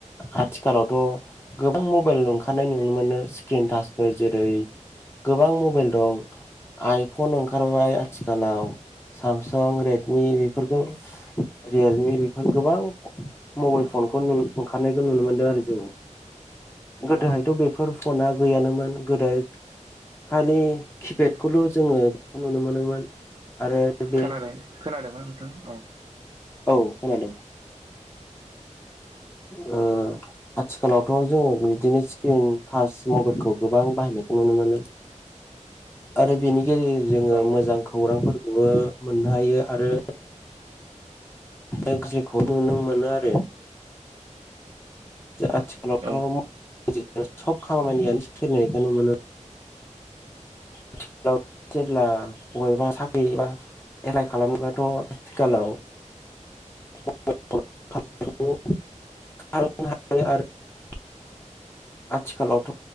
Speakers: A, on the left; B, on the right.
A: आथिखालावथ' गोबां मबाइल ओंखारनाय नु नुनो मोनो स्क्रिन टाचफोर जेरै गोबां मबाइल दं। आइ फन ओंखारबाय आथिखालाव सामसं रेडमि बेफोरखौ रियेलमि बेफोर गोबां मबाइल फनखौ ओंखारनायखौ नुनो मोनदों आरो जों। गोदोहायथ' बेफोर फनआ गैयानोमोन गोदो खालि खिपेडखौल' जोङो नुनो मोनोमोन। आरो बे
B: खोनादों खोनादोंना नोंथां औ।
A: औ खोनादों। ओ आथिखालावथ' जोङो बिदिनो स्क्रिन थाच मबाइलखौ गोबां बाहायनायखौ नुनो मोनो। आरो बेनि गेजेरजों
B: औ
A: जोङो मोजां खौरांफोरखौबो मोननो हायो आरो‌ एकजिखौ नुनो मोनो आरो आथिखालावथ'
B: औ
A: गासैबो सब खामानियानो सोलिनायखौ नुनो मोनो। आथिखालाव जेब्ला बबेबा साख्रि एबा एप्लाइ खालामोबाथ' आथिखालाव <unintelligible> <unintelligible> आथिखालावथ'